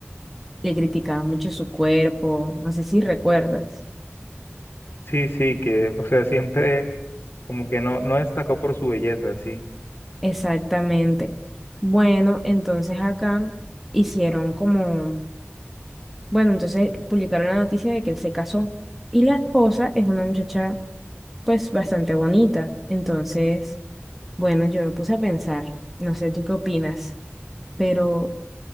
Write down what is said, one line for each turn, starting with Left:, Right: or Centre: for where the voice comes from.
Centre: le criticaban mucho su cuerpo, no sé si recuerdas.
Left: Sí, sí, que, o sea, siempre como que no, no destacó por su belleza, sí.
Centre: Exactamente. Bueno, entonces acá hicieron como, bueno, entonces publicaron la noticia de que él se casó y la esposa es una muchacha pues bastante bonita, entonces... Bueno, yo me puse a pensar, no sé tú qué opinas, pero